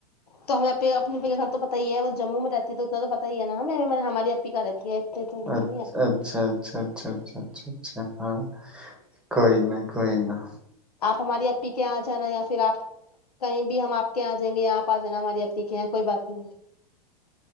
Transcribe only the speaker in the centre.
اچھ
اچھا اچھا اچھا اچھا اچھا اچھا ہاں کوئی ن کوئی نہ